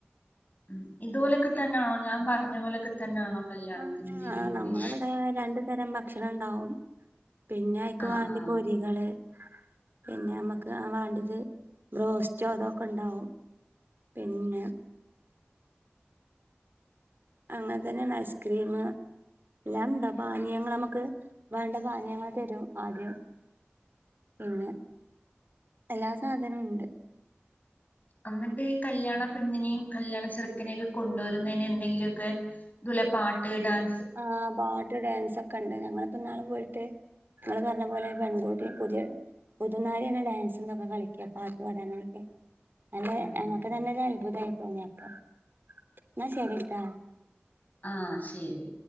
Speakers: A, on the left (about 40°); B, on the right (about 55°).
A: ഉ ഇതുപോലെയൊക്കെ തന്നെയാണോ ഞാൻ പറഞ്ഞ പോലൊക്കെ തന്നെയാണോ കല്യാണത്തിന്റെ
B: ആ
A: രീതിയൊക്കെ
B: ആ നമ്മള ഇവിടെ രണ്ടു തരം ഭക് ക്ഷണം ഉണ്ടാവും പിന്നെ അയ്ക്ക്
A: ആഹ്
B: വേണ്ടി
A: ആഹ്
B: പൊരികള് പിന്നെ നമ്മക്ക് ആ വേണ്ടത് ബ്രോസ്റ്റോ അതെക്കെ ഉണ്ടാവും പിന്നെ അങ്ങനെ തന്നെയാണ് ഐസ്ക്രീം എല്ലാം ഉണ്ടാ പാനീയങ്ള് നമുക്ക് വേണ്ട പാനീയങ്ങൾ തരും ആദ്യം പിന്നെ എല്ലാ സാധനവും ഉണ്ട്
A: അന്നിട്ട് കല്യാണ പെണ്ണിനെയും കല്യാണ ചെറുക്കനെയൊക്കെ കൊണ്ടുവരുന്നതിന് എന്തെങ്കിലുമൊക്കെ ഇതുല പാട്ട് ഇടാൻ
B: ആ പാട്ട് ഡാൻസ് ഒക്കെ ക്കണ്ട് ഞങ്ങളിപ്പോ ന്നാള് പോയിട്ട് ഞങ്ങള് പറഞ്ഞ പോലെ പെൺകുട്ടി പുതിയ പുതന്നാരി തന്നെ ഡാൻസന്തൊക്കെ കളിക്ക പാട്ട് പാടനെയൊക്കെ അല്ല
A: ഉം
B: ഞങ്ങക്ക്
A: ഉം
B: തന്നൊരു അത്ഭുതമായിരുന്നു തോന്നിയപ്പ എന്ന ശരിട്ടാ
A: ആ ശരി